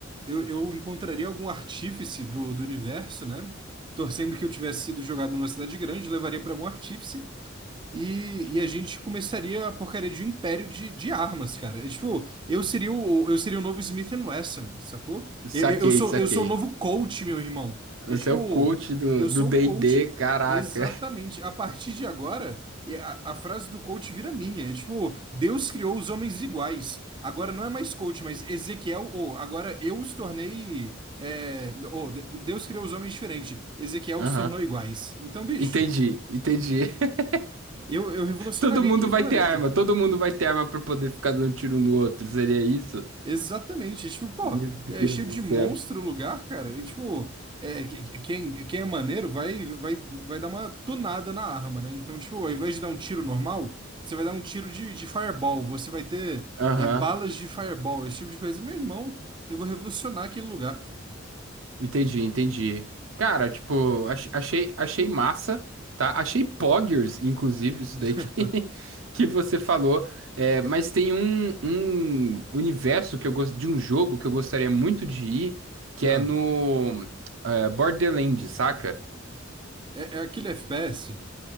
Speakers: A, on the right (about 25°); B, on the right (about 80°).
A: eu, eu encontraria algum artífice do, do universo, né? Torcendo que eu tivesse sido jogado numa cidade grande, levaria pra algum artífice e, e a gente começaria a porcaria de um império de, de armas, cara. É, tipo, eu seria o, eu seria o novo Smith and Wesson, sacou?
B: Saquei,
A: Eu, eu eu sou,
B: saquei.
A: eu sou o novo coach meu irmão.
B: Você
A: É tipo,
B: é o coach do
A: eu sou
B: do D&D,
A: o coach
B: caraca.
A: Exatamente. A partir de agora, e a, a frase do coach vira minha. É tipo, Deus criou os homens iguais. Agora não é mais coach, mas Ezequiel, ou agora eu os tornei. É, ou, de- Deus criou os homens diferentes. Ezequiel
B: Aham.
A: os tornou iguais. Então, bicho.
B: Entendi, entendi. <laughs>
A: Eu, eu revolucionaria
B: Todo mundo
A: aquele planeta.
B: vai ter arma, todo mundo vai ter arma pra poder ficar dando tiro um no outro. Seria isso?
A: Exatamente. Tipo, pô,
B: Meu Deus
A: é cheio
B: do
A: de
B: céu.
A: monstro o lugar, cara. E, tipo, é, que- que- quem, quem é maneiro vai, vai, vai dar uma tunada na arma, né? Então, tipo, ao invés de dar um tiro normal, você vai dar um tiro de, de fireball. Você vai ter
B: Aham,
A: é, balas de fireball, esse tipo de coisa. Meu irmão, eu vou revolucionar aquele lugar.
B: entendi, entendi. Cara, tipo, ach- achei, achei massa, tá? Achei poggers, inclusive, isso
A: <laughs>
B: daí que, <laughs> que você falou. É, mas tem um, um universo que eu gosto de um jogo que eu gostaria muito de ir, que
A: Não,
B: é no é, Borderlands, saca?
A: é, é aquele FPS.